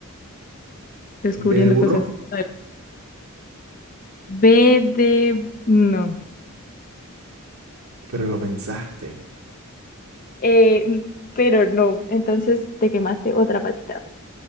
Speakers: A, on the left; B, on the right.
A: descubriendo
B: B de burro,
A: cosas. Vale. B de, no.
B: pero lo pensaste.
A: Eh, n- pero no, entonces te quemaste otra patita.